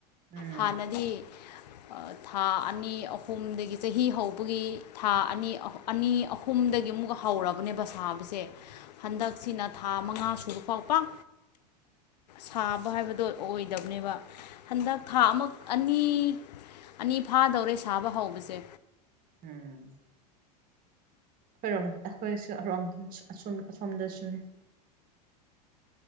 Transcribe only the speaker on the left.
ꯍꯥꯟꯅꯗꯤ ꯑ ꯊꯥ ꯑꯅꯤ ꯑꯍꯨꯝꯗꯒꯤ ꯆꯍꯤ ꯍꯧꯕꯒꯤ ꯊꯥ ꯑꯅꯤ ꯑꯍꯨ ꯑꯅꯤ ꯑꯍꯨꯝ ꯍꯨꯝꯗꯒꯤ ꯑꯃꯨꯛꯀ ꯍꯧꯔꯕꯅꯦꯕ ꯁꯥꯕꯁꯦ꯫ ꯍꯟꯗꯛꯁꯤꯅ ꯊꯥ ꯃꯉꯥ ꯁꯨꯕꯐꯥꯎ ꯄꯥꯛ ꯁꯥꯕ ꯍꯥꯏꯕꯗꯣ ꯑꯣꯏꯗꯕꯅꯦꯕ꯫ ꯍꯟꯗꯛ ꯊꯥ ꯑꯃꯛ ꯑꯅꯤ ꯑꯅꯤ ꯐꯥꯗꯧꯔꯦ ꯁꯥꯕ ꯍꯧꯕꯁꯦ꯫